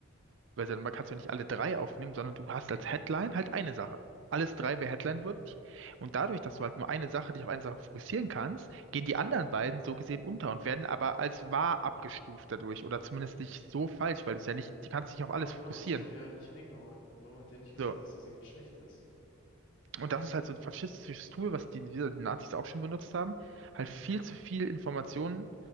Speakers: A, on the right (about 60°); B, on the left (about 60°).
A: weil man kannst du nicht alle drei aufnehmen, sondern du hast als Headline halt eine Sache. Alles drei wäre Headline-würdig. Und dadurch, dass du halt nur eine Sache, dich auf eine Sache fokussieren kannst, gehen die anderen beiden so gesehen unter und werden aber als wahr abgestuft dadurch oder zumindest nicht so falsch, weil du es ja nicht, du kannst dich auf
B: Genau,
A: alles
B: genau.
A: fokussieren.
B: Es wurde ja nicht eingeordnet. Man hat ja nicht gesagt,
A: So,
B: dass das irgendwie schlecht ist.
A: Und das ist halt so ein faschistisches Tool, was die, die die Nazis auch schon benutzt haben. Halt
B: Hm.
A: viel zu viel Informationen